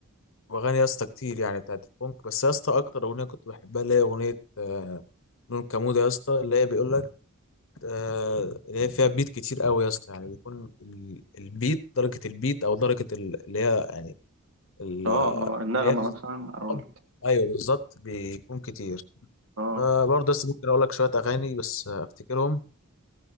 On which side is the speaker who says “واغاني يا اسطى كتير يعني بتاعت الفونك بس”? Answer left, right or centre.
Left